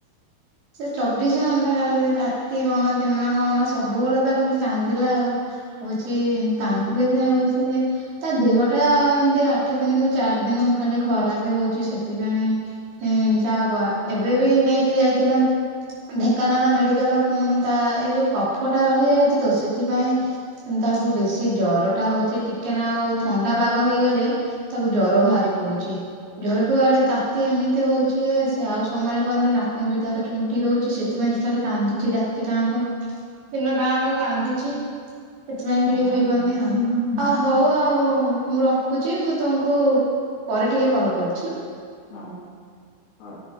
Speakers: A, on the right; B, on the left.
A: ସେ ଚବିଶ ଘଣ୍ଟା ଖାଲି ରାତି କନ ଦିନ କଣ ସବୁବେଳେ ତ ଖାଲି ଚାନ୍ଦିଲା ଆଉ। ହଉଚି କନ୍ଦଥିଲେ ସେ ହଉଚି ତା ଦେହ ଟା ଏମତି ଆଠ ଦିନକୁ ଚାରି ଦିନକୁ ଖାଲି ଖରାପ ହଉଚି ସେଥିପାଇଁ ତା ବା ଏବେ ବି ନେଇକି ଯାଇଥିଲେ ଢେଙ୍କାନାଳ ମେଡିକାଲ ପୁଣି ତା ଏଇ ଯୋଉ କଫଟା ରହିଯାଇଚି ତ ସେଇଥିପାଇଁ। ତାକୁ ବେଶୀ ଜର ଟା ହଉଚ ଟିକେ ନା ଆଉ ଥଣ୍ଡା ପାଗ ହେଇଗଲେ ତାକୁ ଜର ବାହାରି ପଡୁଚି। ଜରକୁୁଆଡେ ତାତି ଏମିତି ହଉଚି ସେ ଆଉ ସମାଳି ପାରୁନି ନାକ ନୁକି ତାର ଚୁଣ୍ଟି ଦଉଚି ସେଥିପାଇଁ ସେ ଖାଲି କାନ୍ଦୁି ରାତି ଟା ଆଙ୍କ ଦିନ ଟା ଆଙ୍କ କାନ୍ଦୁଚି। ସେଥିପାଇଁ ଟିକେ
B: ଓହୋ
A: ସୋଇପାରୁନି ଆଉ।
B: ହୁଁ ହୁଁ
A: ଅ ହଉ ଆଉ ମୁଁ ରଖୁଚି ମୁଁ ତମକୁ ପରେ ଟିକେ କଲ କରୁଚି।
B: ହଁ ହଉ।